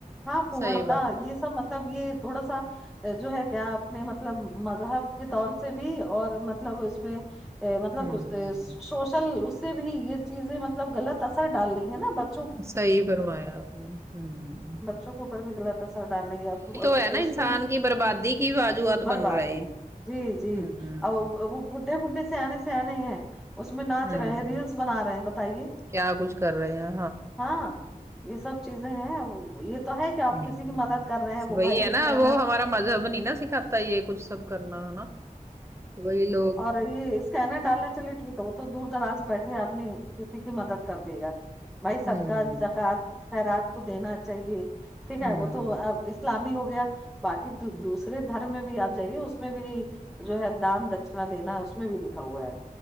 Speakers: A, in the centre; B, on the right.
A: ہاں پھڑتا
B: صحیح بات ہے
A: یہ سب مطلب یہ تھوڑا سا جو ہے کیا اپنے مطلب مذہب کے طور سے بھی اور مطلب اس میں مطلب
B: ہوں
A: سوشل اس سے بھی یہ چیزیں مطلب غلط اثر ڈال رہی ہے نا بچ
B: صحیح فرمایا آپ نے ہمم
A: چو کو اوپر بھی غلط اثر ڈالینگی اب
B: ہے نا
A: اس
B: انسان
A: میں
B: کی بربادی کی وجوہات
A: بربادی
B: بن رہے
A: ہے جی جی
B: ہوں
A: ا وہ بڈھے بڈھے سیانے سیانے ہیں اس میں ناچ
B: ہوں
A: رہے ہیں ریلس بنا رہے ہیں بتائیے
B: کیا کچھ کر رہے ہیں
A: ہاں یہ سب چیزیں ہیں یہ تو ہے کہ آپ
B: ہوں
A: کسی کی مدد کر رہے ہیں وہ
B: وہی
A: بھائی
B: ہے
A: اسکینر
B: نا وہ ہمارا مذہب نہیں نا سکھاتا یہ کچھ سب کرنا ہے نا وہی لوگ
A: تو یہ اسکینر ڈالنے چلیے ٹھیک ہے وہ تو دور دراز بیٹھے آدمی کسی کی مدد کر دے گا بھائی صدقہ
B: ہوں
A: زکوۃ خیرات تو دینا چاہیے ٹھیک
B: ہوں
A: ہے وہ تو اب اس اسلامی ہو گیا باقی دوسرے دھرم میں بھی آپ جائیے اس میں بھی جو ہے دان دکنا دینا اس میں بھی لکھا ہوا ہے